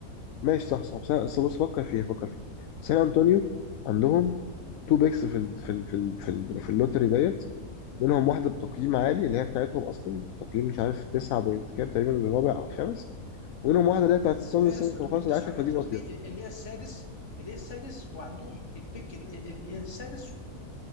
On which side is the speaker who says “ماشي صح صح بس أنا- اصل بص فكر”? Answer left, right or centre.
Left